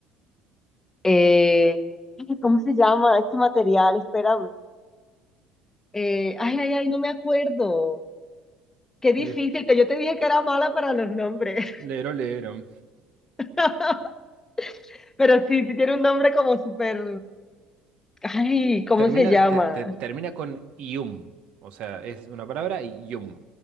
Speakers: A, on the left; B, on the right.
A: Eh, ay, ¿cómo se llama este material? Espérame. Eh, ay, ay, ay, no me acuerdo. Qué difícil,
B: Le-
A: que yo te dije que era mala para los nombres.
B: Lero, lero.
A: <laughs> Pero sí, sí tiene un nombre como súper... Ay, ¿cómo
B: Termina,
A: se llama?
B: te- te- termina con ium. O sea, es una palabra y ium.